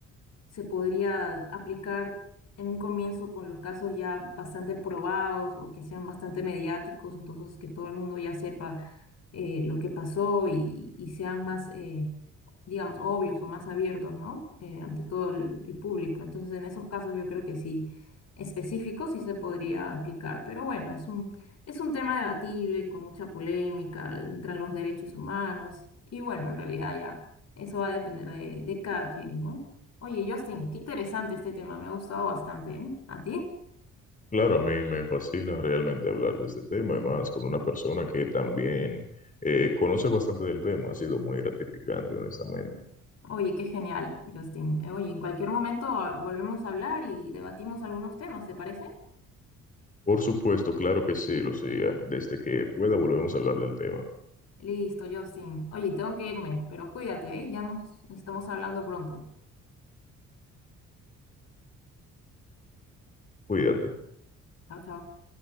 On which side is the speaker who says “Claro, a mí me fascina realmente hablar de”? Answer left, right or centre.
Left